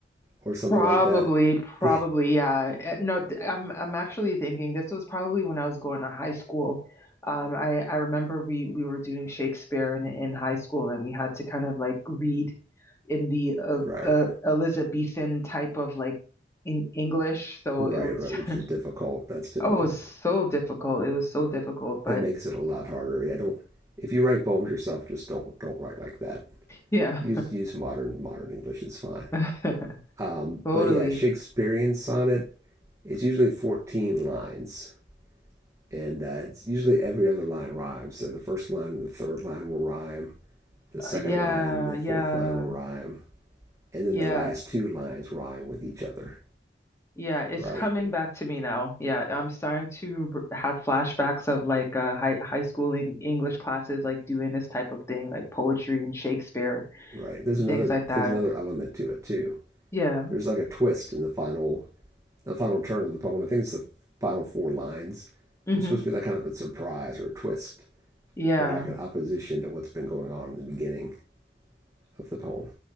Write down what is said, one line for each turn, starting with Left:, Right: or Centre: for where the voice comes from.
Right: or something
Left: Probably,
Right: like that? <laughs>
Left: probably, yeah. Eh, No, th- I'm I'm actually thinking this was probably when I was going to high school. Um, I I remember we we were doing Shakespeare in in high school, and we had to kind of like read in the uh,
Right: right,
Left: uh, Elizabethan type of like in English. So
Right: right,
Left: it was
Right: right. Which
Left: <laughs>
Right: is difficult. That's difficult.
Left: oh, it was so difficult. It was so difficult, but
Right: it makes it a lot harder. I don't. If you write poems yourself, just don't don't write like that.
Left: yeah.
Right: Use use modern modern English It's fine.
Left: <laughs> <laughs>
Right: Um,
Left: Totally.
Right: but yeah, Shakespearean sonnet. It's usually 14 lines, and uh, it's usually every other line rhymes. So the first line and the third line will rhyme. The
Left: Uh,
Right: second
Left: yeah,
Right: line and the
Left: yeah,
Right: fourth line will rhyme, and then
Left: yeah,
Right: the last two lines rhyme with each other.
Left: yeah. It's
Right: Right,
Left: coming back to me now. Yeah, I'm starting to r- have flashbacks of like uh, high high school en- English classes, like doing this type of thing, like poetry and Shakespeare
Right: right. There's
Left: and
Right: another
Left: things like that.
Right: there's another element to it too.
Left: Yeah.
Right: There's like a twist in the final the final turn of the poem. I think it's the final four lines.
Left: Mm-hmm.
Right: There's supposed to be like kind of a surprise or a twist
Left: Yeah.
Right: or like an opposition to what's been going on in the beginning of the poem.